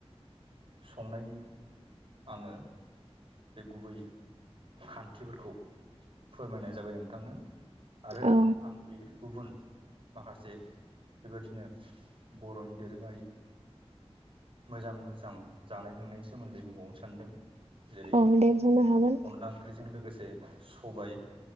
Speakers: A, on the right (about 55°); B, on the right (about 75°).
A: संनायनि आङो बे गुबै खान्थिफोरखौ फोरमायनाय जाबाय नोंथांनो। आरो
B: औ
A: आं बे गुबुन माखासे बेबायदिनो बर'नि दोरोङारि मोजां मोजां जानाय लोंनायनि सोमोन्दै बुंबावो सानदों जेरै
B: औ दे बुंनो हागोन
A: अनला ओंख्रिजों लोगोसे स सबाय